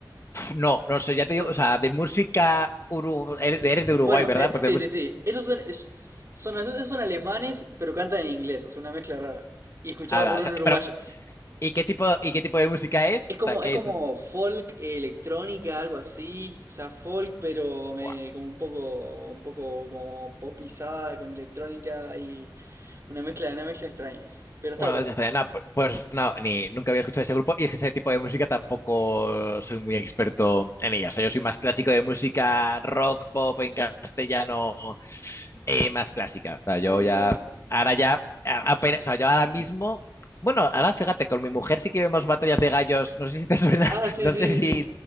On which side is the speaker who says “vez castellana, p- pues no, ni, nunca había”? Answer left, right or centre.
Left